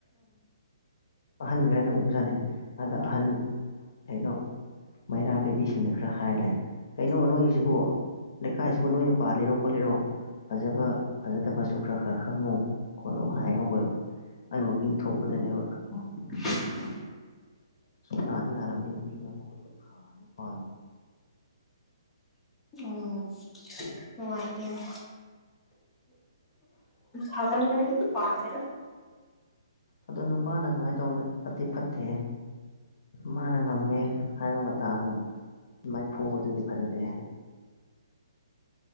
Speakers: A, on the left; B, in the centre.
A: ꯑꯍꯟꯈꯦꯅ ꯎꯕꯖꯥꯠꯅꯤ ꯑꯗ ꯑꯍꯟ ꯀꯩꯅꯣ ꯃꯩꯔꯥ ꯄꯥꯏꯕꯤꯁꯤꯡꯅ ꯈꯔ ꯍꯥꯏꯔꯂꯦ ꯀꯩꯅꯣ ꯅꯣꯏꯁꯤꯕꯨ ꯂꯩꯀꯥꯏꯁꯤꯕꯨ ꯅꯣꯏꯅ ꯄꯥꯜꯂꯤꯔꯣ ꯈꯣꯠꯂꯤꯔꯣ ꯐꯖꯕ ꯐꯖꯗꯕꯁꯨ ꯈꯔ ꯈꯔ ꯈꯪꯉꯣ ꯈꯣꯠꯂꯣ ꯍꯥꯏꯍꯧꯋꯦꯕ ꯑꯩ ꯋꯥꯋꯥꯛꯀꯤꯡ ꯊꯣꯛꯄꯗꯅꯦꯕ
B: <inaudible>
A: ꯅꯗꯤ ꯅꯔꯝꯅꯤ ꯅꯨꯄꯤꯤꯗ ꯊꯥ ꯅꯨꯄꯥ
B: <inaudible> ꯎꯝ ꯍꯉꯥꯏꯇꯦꯅꯦ ꯃ ꯒꯟꯗ ꯄꯥꯥꯟꯗ
A: ꯑꯗꯨ ꯅꯨꯄꯥꯅ ꯑꯗꯨꯃꯥꯏꯅ ꯇꯧ ꯐꯠꯇꯤ ꯐꯠꯇꯦ ꯃꯥꯅ ꯉꯝꯃꯦ ꯍꯥꯏꯕ ꯃꯇꯥꯒꯨꯝ ꯃꯥꯏ ꯐꯨꯕꯗꯨꯗꯤ ꯐꯖꯗꯦ